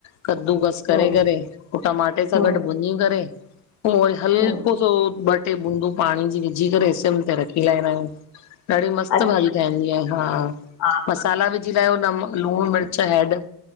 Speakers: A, on the left; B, on the left.
A: कद्दूकस करे-
B: हम्म
A: करे पो टमाटे सां
B: हम्म
A: गॾु भुञी करे पो हलको
B: हम्म
A: सो ॿ- टे बूंदियूं पाणी जी विझी करे सिम ते रखी लांईदा आहियूं ॾाढी मस्त
B: अच्छा
A: भाॼी ठहन दीअ हा,
B: हा
A: मसाला विझी लायो न लूणु मिर्च हैड